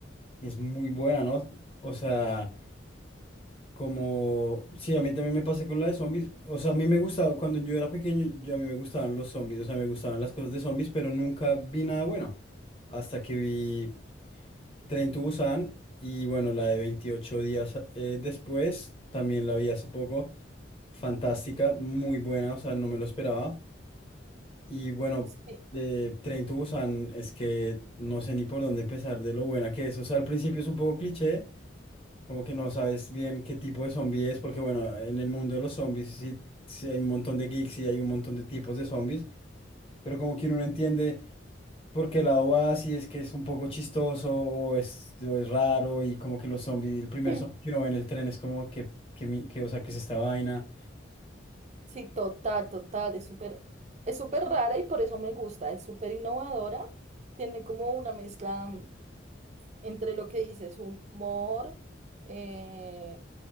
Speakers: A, on the left; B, on the right.
A: Es muy buena, ¿no? O sea, como... Sí, a mí también me pasa con la de zombies. O sea, a mí me gustaba, cuando yo era pequeño, yo a mí me gustaban los zombies, o sea, me gustaban las cosas de zombies, pero nunca vi nada bueno. Hasta que vi Tren to Busan y bueno, la de 28 días eh, después, también la vi hace poco. Fantástica, muy buena, o sea, no me lo esperaba. Y bueno,
B: Sí,
A: eh, Tren to Busan es que no sé ni por dónde empezar de lo buena que es. O sea, al principio es un poco cliché. Como que no sabes bien qué tipo de zombie es, porque bueno, en el mundo de los zombies sí, sí hay un montón de geeks y hay un montón de tipos de zombies, pero como que uno no entiende por qué lado va, si es que es un poco chistoso o es, o es raro y como que los zombies, el primer
B: Hmm.
A: zombie que uno ve en el tren es como que, que, mi- que, o sea, que es esta vaina.
B: sí, total, total. Es súper, es súper rara y por eso me gusta. Es súper innovadora. Tiene como una mezcla. mm, entre lo que dices, humor, eh,